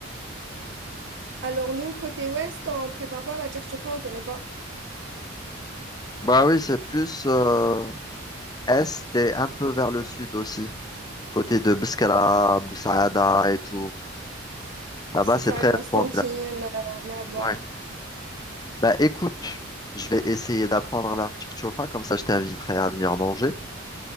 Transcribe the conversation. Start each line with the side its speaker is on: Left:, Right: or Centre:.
Right: alors nous, côté ouest, on prépare pas la chertura, on connaît pas.
Left: Bah oui, c'est plus euh, est et un peu vers le sud aussi. Côté de Beskala, Boussaada
Right: Ah,
Left: et tout. Là-bas,
Right: C'est
Left: c'est
Right: ça,
Left: très
Right: à Constantine,
Left: répandu. là.
Right: euh, là-bas.
Left: Ouais. Bah écoute, je vais essayer d'apprendre la choufa, comme ça je t'inviterai à venir manger.